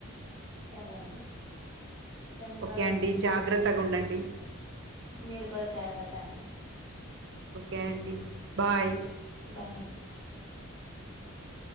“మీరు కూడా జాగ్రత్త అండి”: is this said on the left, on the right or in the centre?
Right